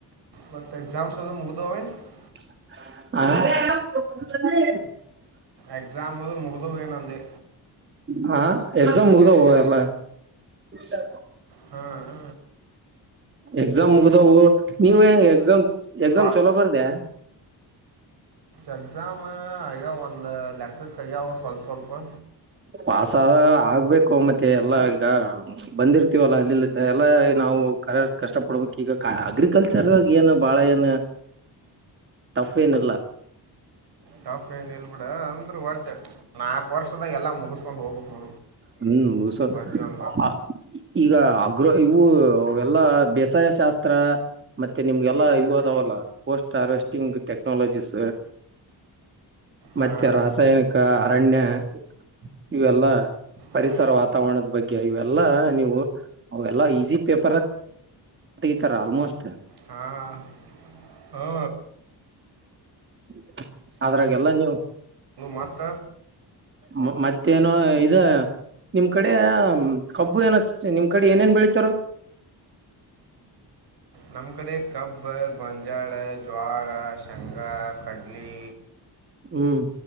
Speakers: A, on the right; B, on the right.
A: ಮತ್ತೆ ಎಕ್ಸಾಮ್ಸ್ <unintelligible>
B: <unintelligible> ಅ <unintelligible>
A: ಎಗ್ಸಾಮಲ್ ಮುಗುಡೋಗ್ಯವ ನಂದು
B: ಹ ಎಕ್ಸಾಮ್ ಮುಗ್ದವೋ ಎಲ್ಲ. ಷ
A: ಹಾ ಹ
B: ಎಗ್ಸ್ ಎಕ್ಸಾಮ್ ಮುಗ್ದವು ನೀವ್ ಹೆಂಗ ಎಕ್ಸಾಮ್ ಎಕ್ಸಾಮ್
A: ಕಾ
B: ಚೊಲೋ ಬರ್ದೆ <inaudible>
A: ಎಕ್ಸಾಮಾ ಇಗ ಒಂದ ಲೆಕ್ಕಕ್ ಆಗ್ಯವ ಸ್ವಲ್ಪ ಸ್ವಲ್ಪು
B: ಪಾಸಾ ಆಗ್ಬೇಕು ಮತ್ತೆ ಎಲ್ಲ ಈಗ ಬಂದಿರ್ತೀವಲ್ಲ ಅಲ್ಲಿ ಇಲ್ಲಿತ ಎಲ್ಲಾ ನಾವು ಕ ಕಷ್ಟಪಡ್ಬೇಕು ಈಗ ಕ ಅಗ್ರಿಕಲ್ಚರ್ ರಾಗ ಏನು ಬಾಳ ಏನು ಟಫ್ಫೇನಿಲ್ಲ
A: ಟಫ್ ಏನ್ ಇಲ್ ಬಿಡ ಅಂದ್ರ ಒಟ್ ನಾಕ್ ವರ್ಷ್ದಾಗ ಎಲ್ಲ ಮುಗಸ್ಕೊಂಡು ಹೋಗ್ಬೇಕು
B: ಹ್ಮ್ ಮುಗಸೊ
A: ಬಂದೀವಿ ಅಂದ
B: ಅ <unintelligible> ಈಗ ಆಗ್ರೋ ಇವು ಅವಲ್ಲಾ ಬೇಸಾಯ ಶಾಸ್ತ್ರ ಮತ್ತೆ ನಿಮ್ಗೆಲ್ಲಾ ಇವು ಅದಾವಲ್ಲ ಪೋಸ್ಟ್ ಹಾರ್ವೆಸ್ಟಿಂಗ್ ಟೆಕ್ನಾಲಜೀಸ
A: ಹಾಂ
B: ಮತ್ತೆ ರಾಸಾಯನಿಕ ರಣ್ಯ <unintelligible> ಇವೆಲ್ಲಾ ಪರಿಸರ
A: ಹ್ಞೂ
B: ವಾತಾವರಣದ್ ಬಗ್ಗೆ ಇವೆಲ್ಲಾ ನೀವು ಅವೆಲ್ಲಾ ಈಸಿ ಪೇಪರ್ರಾ <unintelligible> ತೆಗಿತರ ಆಲ್ಮೋಸ್ಟ್.
A: ಹಾಂ ಹ್ಞೂ
B: <unintelligible> ಅದ್ರಾಗೆಲ್ಲ ನೀವ್
A: ಮತ್ತ
B: ಮ ಮತ್ತೇನೋ ಇದ ನಿಮ್ ಕಡೇ ಆ ಮ್ ಕಬ್ಬು ಏನ ನಿಮ್ ಕಡೆ ಏನೇನ್ ಬೆಳತರ <unintelligible>
A: ನಮ್ ಕಡೆ ಕಬ್ಬಾ ಗೊಂಜಾಳ ಜ್ವಾಳ ಶೇಂಗಾ ಕಡ್ಲೀ
B: ಹ್ಮ್